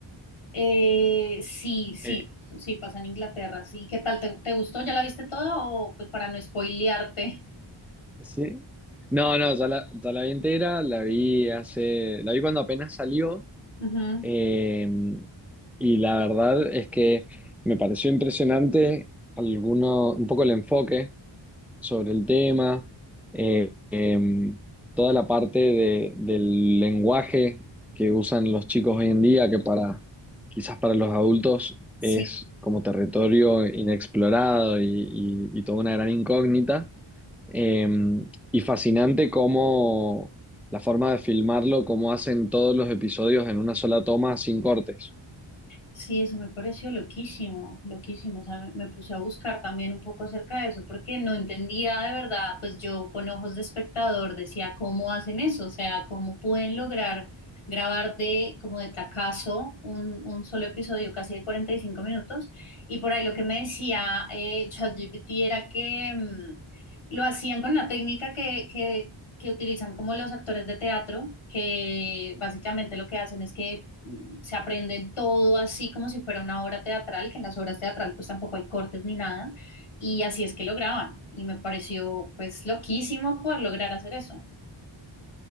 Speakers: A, on the left; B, in the centre.
A: Eh, sí, sí,
B: Eh,
A: sí, pasa en Inglaterra. Sí, ¿qué tal? ¿Te, te gustó? ¿Ya la viste toda? O pues para no spoilearte.
B: ¿sí? No, no, ya la, ya la vi entera, la vi hace, la vi cuando apenas salió,
A: Ujú.
B: eh, y la verdad es que me pareció impresionante alguno, un poco el enfoque. sobre el tema, eh, em, toda la parte de- del lenguaje que usan los chicos hoy en día, que para quizás para los adultos
A: Sí.
B: es como territorio inexplorado y, y- y toda una gran incógnita. Em, y fascinante cómo la forma de filmarlo, cómo hacen todos los episodios en una sola toma sin cortes.
A: Sí, eso me pareció loquísimo, loquísimo. O sea, me, me puse a buscar también un poco acerca de eso, porque no entendía de verdad, pues yo con ojos de espectador decía, ¿cómo hacen eso? O sea, ¿cómo pueden lograr grabar de como de tacazo un, un solo episodio casi de 45 minutos? Y por ahí lo que me decía eh, ChatGPT era que mm, lo hacían con la técnica que, que, que utilizan como los actores de teatro, que básicamente lo que hacen es que se aprenden todo así como si fuera una obra teatral, que en las obras teatral pues tampoco hay cortes ni nada, y así es que lo graban, y me pareció pues loquísimo poder lograr hacer eso.